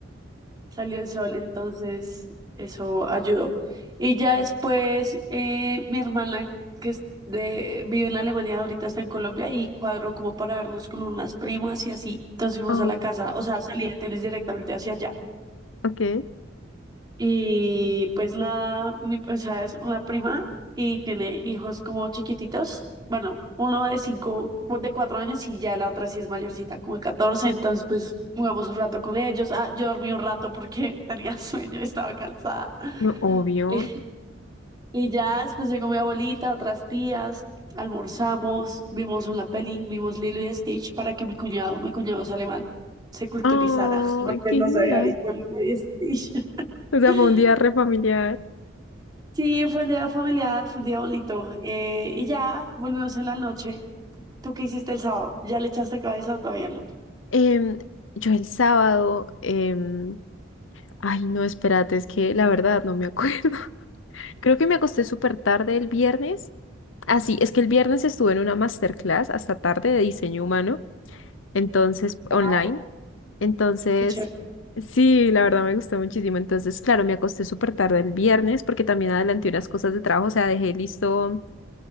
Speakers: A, on the right; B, on the left.
A: salió el sol. Entonces eso ayudó. Y ya después eh, mi hermana que es de, vive en Alemania, ahorita está en Colombia y cuadró como para vernos con unas primas y así. Entonces fuimos
B: Oh,
A: a la casa, o sea, salí de tenis directamente hacia allá.
B: ok.
A: Y pues nada, mi, o sea, es una prima y tiene hijos como chiquititos. Bueno, uno de cinco, o de cuatro años y ya la otra sí es mayorcita, como de 14. Entonces, pues jugamos un rato con ellos. Ah, yo dormí un rato porque <laughs> tenía sueño, estaba cansada. <laughs>
B: No, obvio.
A: Y y ya después llegó mi abuelita, otras tías, almorzamos, vimos una peli, vimos Lilo y Stitch para que mi cuñado, mi cuñado es alemán, se culturizara,
B: Ay,
A: <laughs> porque él
B: qué
A: no
B: genial.
A: se había visto Lilo y Stitch.
B: O sea,
A: <laughs>
B: fue un día re familiar.
A: Sí, fue un día familiar, fue un día bonito. eh, y ya volvimos en la noche. ¿Tú qué hiciste el sábado? ¿Ya le echaste cabeza o todavía no?
B: Em, yo el sábado, em, ay, no, espérate, es que la verdad no me <laughs> acuerdo. Creo que me acosté súper tarde el viernes. Así, es que el viernes estuve en una masterclass hasta tarde de diseño humano, entonces,
A: Wow,
B: online. Entonces,
A: qué chévere.
B: sí, la verdad me gustó muchísimo. Entonces, claro, me acosté súper tarde el viernes porque también adelanté unas cosas de trabajo, o sea, dejé listo